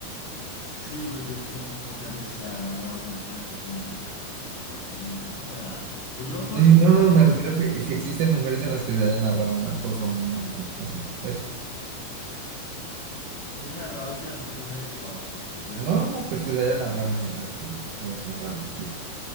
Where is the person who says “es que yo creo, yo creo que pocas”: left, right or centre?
Left